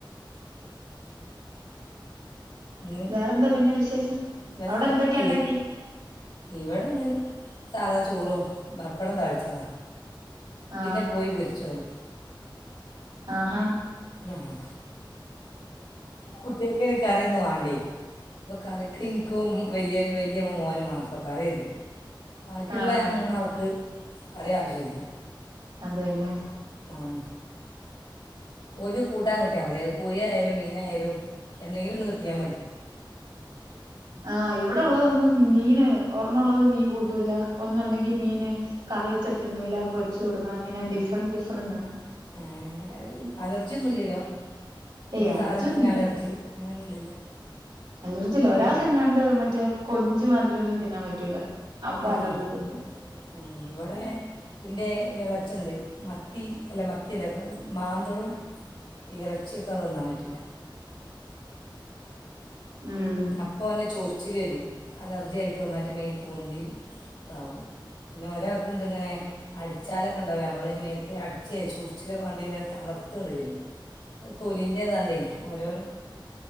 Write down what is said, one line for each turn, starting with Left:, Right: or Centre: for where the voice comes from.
Left: ഉ
Right: വേറെന്താ പിന്നെ വിശേഷം
Left: വേറെ
Right: അവിടെ എന്തൊക്കെയ
Left: ഒക്കെ നല്ലേ
Right: ഉണ്ടാക്കി
Left: ഇവിടെന്ന് സാധാ ചോറും പപ്പടം താളിച്ചെതാ
Right: ആ
Left: പിന്നെ കോഴി പൊരിച്ചതും
Right: ആഹ് ഹാ
Left: ങ്ങാഹ് കുട്ടിയക്കയ്ന് കറിയൊന്നും വാണ്ടേ അപ്പൊ കറിക്ക് ഇൻക്കും വെല്യ വെല്യ മോനും മാത്രം കറി മതി ബാക്കിയുള്ള
Right: ആ
Left: മൂന്നാൾക്ക് കറി ആവിശ്യല്ല
Right: അതേല്ലേ?
Left: ഉം. ഓൽക്ക് കൂട്ടാൻ കിട്ട്യാമതി. അത് കോഴായാലും മീനായാലും എന്തെങ്കിലും ഒന്ന് കിട്ടിയാ മതി. ആ
Right: ആഹ് ഇവിടെ ഒള്ളത് ഒന്നും മീന് ഒറൊണ ഒള്ളത് മീൻ കൂട്ടൂല്ല. ഒന്ന് ഉണ്ടെങ്കി മീന് കറിവെച്ചാ തിന്നൂല്ല. പൊരിച്ചു കൊടുക്കണം. അങ്ങനെ ഡിഫ്രന്റ് ഡിഫ്രന്റ് ആണ്.
Left: ഏഹ് അലർജി ഒന്നും ഇല്ലല്ലോ. ഇന്നെ
Right: ഏയ് അലർജി
Left: സാധനത്തിന്
Right: ഒന്നുല്ല
Left: അലർജി. അങ്ങനെ ഒന്നും ഇല്ലല്ലോ.
Right: അലർജി ഇല്ല.
Left: ഏ
Right: ഒരാൾക്ക് എങ്ങാണ്ട് മറ്റെ കൊഞ്ച് മാതിരി ഒന്നും തിന്നാൻ പറ്റൂല. അപ്പൊ
Left: ഏഹ്.
Right: അലർജി ഉണ്ട്
Left: ഏഹ്. ഇവിടെ ഇൻ്റെ ഇളച്ചണ്ട്. മത്തി അല്ല മത്ത്യല്ല. മാന്തളും. എറച്ചി ഒക്കെ തന്നാൻ പറ്റൂല്ല.
Right: ഉം
Left: അപ്പ ഓന്റെ ചൊറച്ചില് വെരും. അലർജി ആയിട്ട് നന്നായിട്ട് മേത്ത് പൊന്തി ഇതാവും. പിന്നെ ഒരാക്ക് ഇണ്ട് ഇങ്ങനെ. അടിച്ചാല് ഒക്കെ ഇണ്ടാവുലെ നമ്മളെ മേത്ത്, അടിച്ചെ ചൊറിച്ചില് മാന്തിനാത്ത് തണർത്ത് ഇങ്ങണ്ട് വെരും. അത് തൊലിൻ്റെേതാണ്ടേ ഓരോ